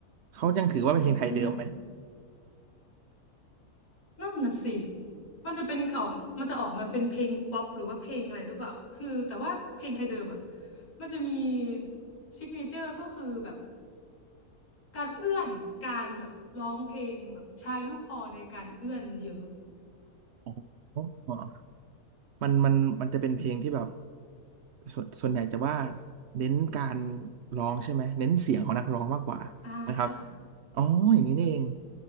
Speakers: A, on the right (about 60°); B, on the left (about 90°).
A: เขายังถือว่าเป็นเพลงไทยเดิมไหม
B: อืมนั่นน่ะสิมันจะเป็นออกมันจะออกมาเป็นเพลงป๊อปหรือว่าเพลงอะไรหรือเปล่าคือแต่ว่าเพลงไทยเดิมอ่ะมันจะมีซิกเนเจอร์ก็คือแบบ การเอื้อนการแบบร้องเพลงแบบใช้ลูกคอในการเอื้อนเยอะ
A: อ๋ออ๋อมันมันมันจะเป็นเพลงที่แบบส่วนส่วนใหญ่จะว่าเน้นการร้องใช่ไหมเน้นเสียงของนักร้องมากกว่าถูกไหมครับ
B: อ่าใช่ค่ะ
A: อ๋ออย่างนี้นี่เอง